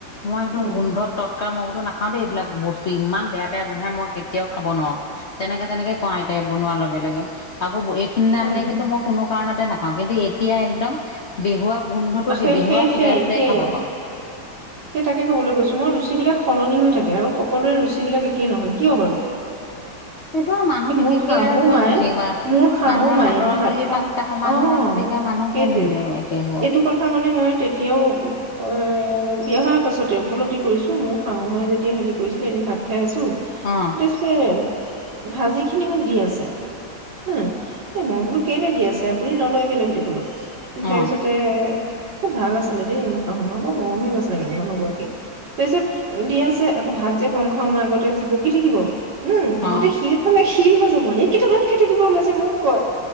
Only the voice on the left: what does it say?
মই একদম
গোন্ধত ততকাৰ মই বোলো না খাওঁ দেই এইবিলাক বস্তু ইমান বেয়া বেয়া গোন্ধাই মই কেতিয়াও খাব নোৱাৰো তেনেকে তেনেকে কও আইতাই বনোৱাৰ লগে লগে আকৌ এইখিনিলে আনিলে
কিন্তু মই কোনো কাৰণতে নাখাওঁ কিন্তু এতিয়া একদম বেহুৱা গোন্ধটো কি
বেহুৱা
শুদাই
শুদাই
খাব পাওঁ
<unintelligible> সেইটো মানুহ
বিশেষে
আৰু চব
বিশেষ বা
মানুহৰ
হাতৰ
আঙলিৰ
পাচটা সমান
নহয় গতিকে মানুহ
কিয় নিমিলেও একে হব
অ
অ
অ